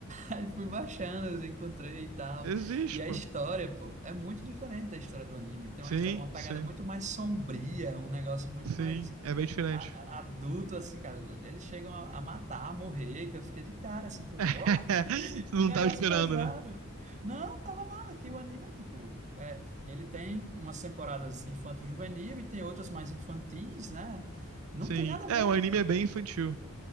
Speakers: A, on the right; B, on the right.
A: Aí fui baixando, eu encontrei e tal.
B: Existe,
A: E a
B: pô.
A: história, pô, é muito diferente da história do anime. Tem
B: Sim,
A: uma, histó- uma pegada
B: sim,
A: muito mais sombria, um negócio muito
B: sim.
A: mais
B: É bem diferente.
A: a- a- adulto, assim, cara. Eles chegam a, a matar, a morrer, que eu fiquei de cara, assim, falei,
B: <laughs>
A: pô, <laughs>
B: Não
A: que negócio
B: tava esperando,
A: pesado.
B: né?
A: Não, tava nada, que o anime é tipo. É, ele tem umas temporadas infanto-juvenil e tem outras mais infantis, né? Não
B: Sim.
A: tem nada a
B: É,
A: ver.
B: o anime é bem infantil.